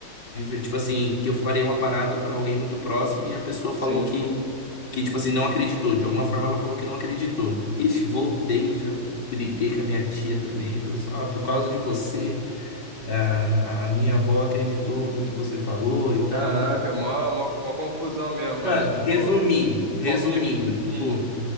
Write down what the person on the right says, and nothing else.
sim.
Caraca,
mó, mó, mó confusão mesmo, mas,
tipo,
falta de.
Hum.